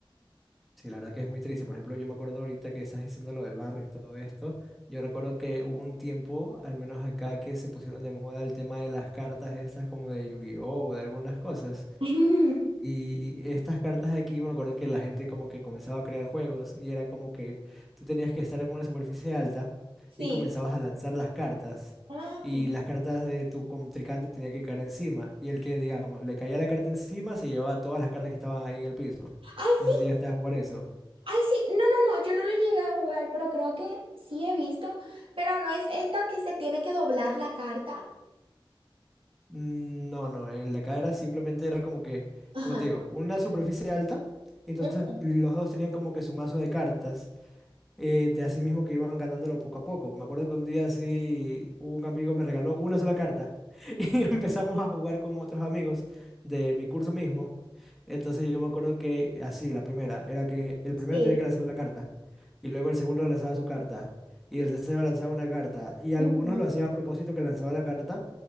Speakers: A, in the centre; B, on the right.
A: Sí, la verdad que es muy triste. Por ejemplo, yo me acuerdo ahorita que estás diciendo lo del barrio y todo esto. Yo recuerdo que hubo un tiempo, al menos acá, que se pusieron de moda el tema de las cartas estas como de Yu-Gi-Oh! o de algunas cosas.
B: <laughs>
A: Y estas cartas de aquí me acuerdo que la gente como que comenzaba a crear juegos y era como que tú tenías que estar en una superficie alta
B: Sí.
A: y comenzabas a lanzar las cartas
B: Ah.
A: y las cartas de tu contrincante tenía que caer encima y el que digamos le caía la carta encima se llevaba todas las cartas que estaban ahí en el piso.
B: Ay,
A: No
B: sí,
A: sé si ya estás a jugar eso.
B: ay, sí. No, no, no, yo no lo llegué a jugar, pero creo que sí he visto. Pero no es esta que se tiene que doblar la carta.
A: Mm, No, no, en la acá era simplemente era como que,
B: Ajá.
A: como te digo, una superficie alta y entonces
B: Mm,
A: los dos tenían como que su mazo de cartas eh, de así mismo que iban ganándolo poco a poco. Me acuerdo que un día así un amigo me regaló una sola carta <laughs> y empezamos a jugar con otros amigos de mi curso mismo. Entonces yo me acuerdo que así, la primera, era que el
B: Sí.
A: primero tenía que lanzar la carta y luego el segundo lanzaba su carta y el tercero lanzaba una carta y algunos
B: Ujú,
A: lo hacían a propósito que lanzaba la carta